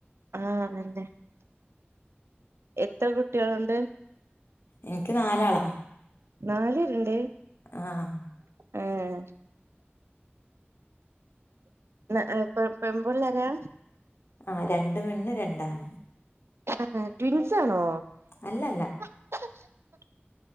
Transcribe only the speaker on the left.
എനിക്ക് നാലാളാ
ആഹ്
ആഹ് രണ്ട് പെണ്ണ് രണ്ടാണ്
അല്ലല്ല